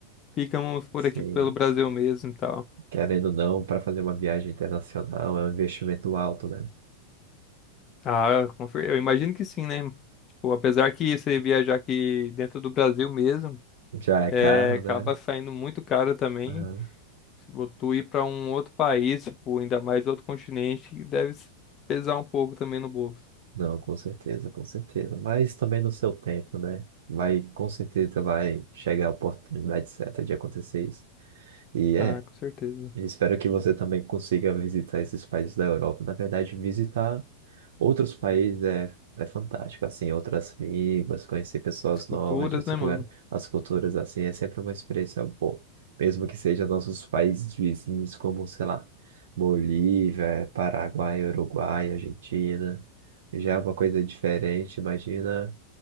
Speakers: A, on the left (about 30°); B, on the right (about 60°).
A: ficamos por
B: Sim,
A: aqui pelo Brasil mesmo e tal.
B: querendo ou não, para fazer uma viagem internacional é um investimento alto, né?
A: Ah, confer- eu imagino que sim, né? Tipo, apesar que você viajar aqui dentro do Brasil mesmo,
B: Já é
A: é,
B: caro,
A: acaba
B: né?
A: saindo muito caro também.
B: Aham.
A: Se vo- tu ir pra um outro país, tipo, ainda mais outro continente, deve s- pesar um pouco também no bolso.
B: Não, com certeza, com certeza. Mas também no seu tempo, né? Vai, com certeza vai chegar a oportunidade certa de acontecer isso. E é.
A: Ah, com certeza.
B: E espero que você também consiga visitar esses países da Europa. Na verdade, visitar outros países é, é fantástico, assim, outras línguas, conhecer pessoas
A: As culturas,
B: novas de outros
A: né, mano?
B: lugares, as culturas, assim, é sempre uma experiência boa. Mesmo que sejam nossos países vizinhos, como, sei lá, Bolívia, Paraguai, Uruguai, Argentina, já é uma coisa diferente. Imagina